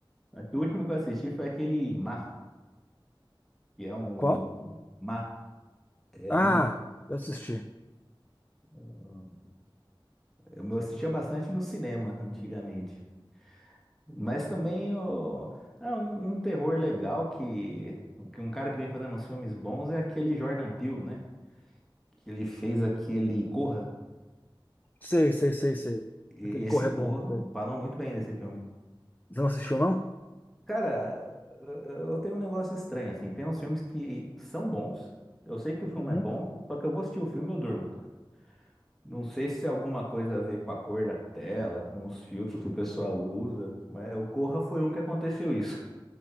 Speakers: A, in the centre; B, on the left (about 20°).
A: acho que o último que eu assisti foi aquele Mar, que é um.
B: Qual?
A: Mar. É
B: Ah,
A: um.
B: eu assisti.
A: um, Eu assistia bastante no cinema antigamente. Mas também o- é um, um terror legal que, que um cara que vem fazendo uns filmes bons é aquele Jordan Peele, né? Que ele fez aquele Corra.
B: Sei, sei, sei, sei.
A: E-
B: Aquele
A: Esse
B: Corre
A: Corra,
B: é bom também.
A: falam muito bem desse filme.
B: Você não assistiu, não?
A: Cara, eu eu tenho um negócio estranho, assim. Tem uns filmes que são bons. Eu sei que o filme
B: Uhum.
A: é bom, só que eu vou assistir o filme e eu durmo, cara. Não sei se é alguma coisa a ver com a cor da tela, com os filtros que o pessoal usa, mas o Corra foi um que aconteceu isso.